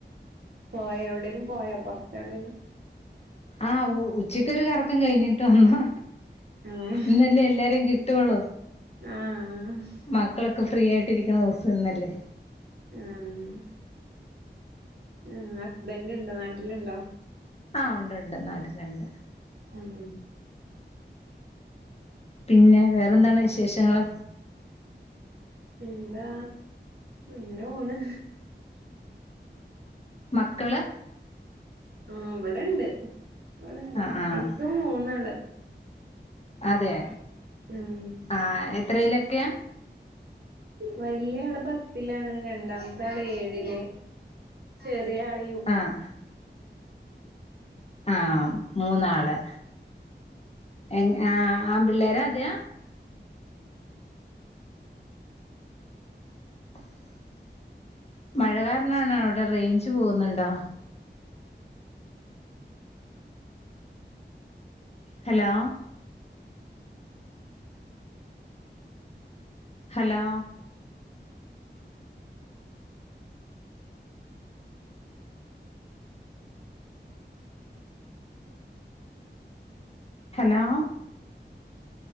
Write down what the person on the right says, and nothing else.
പോയ എവിടേലും പോയൊ പൊറത്തെവിടേലും
ഏഹ്
ആഹ്
ആഹ് ആഹ് ഹസ്ബന്റ്ണ്ടോ നാട്ടില്ണ്ടോ
ഉം
എന്താ ഇങ്ങനെ പോണ്
ആഹ് ഇവിടെണ്ട് ഇവിടെണ്ട്
ഇന്ക്ക് മൂന്നാള്
ഉം
വല്ല്യാള് പത്തിലാണ് രണ്ടാമത്താള് ഏഴില് ചെറിയാള്